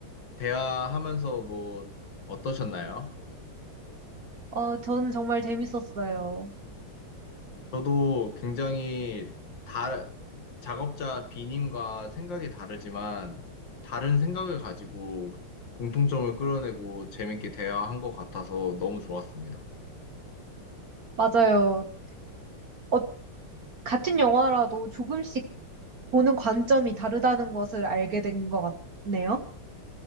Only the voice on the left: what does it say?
대화하면서 뭐 어떠셨나요?
저도 굉장히 다, 작업자 B님과 생각이 다르지만, 다른 생각을 가지고 공통점을 끌어내고 재밌게 대화한 것 같아서 너무 좋았습니다.